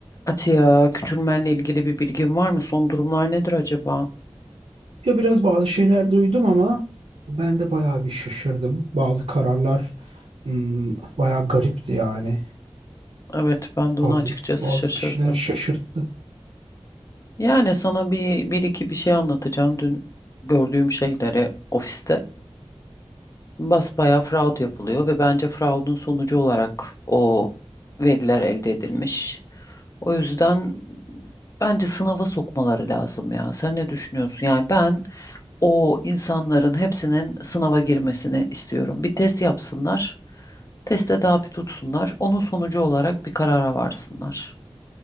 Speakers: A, on the left; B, on the right.
A: Atiye, küçülmenle ilgili bir bilgin var mı? Son durumlar nedir acaba?
B: Ya biraz bazı şeyler duydum ama ben de bayağı bir şaşırdım. Bazı kararlar hmm, bayağı garipti yani.
A: Evet, ben de ona
B: Bazı
A: açıkçası
B: bazı
A: şaşırdım.
B: kişiler şaşırttı.
A: Yani sana bir, bir iki bir şey anlatacağım. Dün gördüğüm şeyleri ofiste basbayağı fraud yapılıyor ve bence fraudun sonucu olarak o veriler elde edilmiş. O yüzden bence sınava sokmaları lazım ya. Sen ne düşünüyorsun? Yani ben o insanların hepsinin sınava girmesini istiyorum. Bir test yapsınlar. Teste daha bir tutsunlar. Onun sonucu olarak bir karara varsınlar.